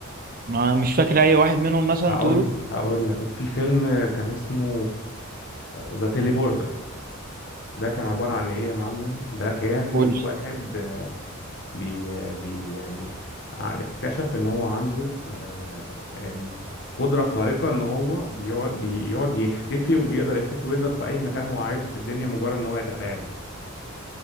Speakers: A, on the right; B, on the left.
A: ما- مش فاكر اي واحد منهم مثلا
B: هقول
A: تقوله
B: هقول لك في فيلم كان اسمه ذا تيليبورتر ده كان عبارة عن ايه يا معلم ده كان
A: قول لي.
B: واحد آه، بي, آه، بي يعني ع- اكتشف ان هو عنده آه، يعني قدرة خارقة ان هو بيقعد بيقعد يختفي ويقدر يختفي ويظهر في اي مكان هو عايزه في الدنيا مجرد ان هو يتخيله